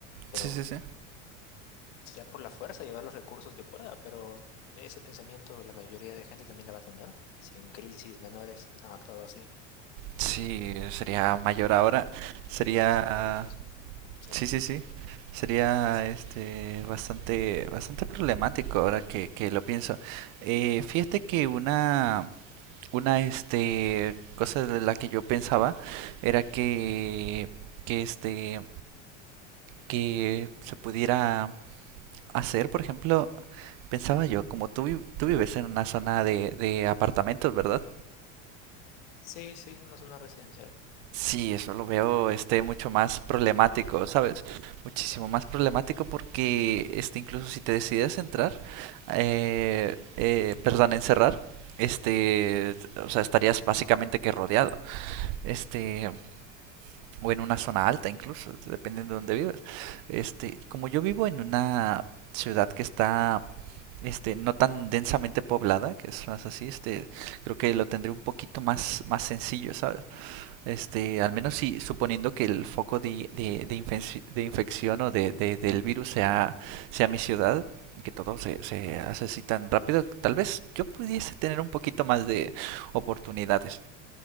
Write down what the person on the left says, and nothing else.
Pero
sería por la fuerza llevar los recursos que pueda, pero ese pensamiento la mayoría de gente también la va a tener, si en crisis menores han actuado así.
mm,
Es aún más peligroso eso. Sí.
Ah, está
muy difícil.
Sí, sí, una zona residencial.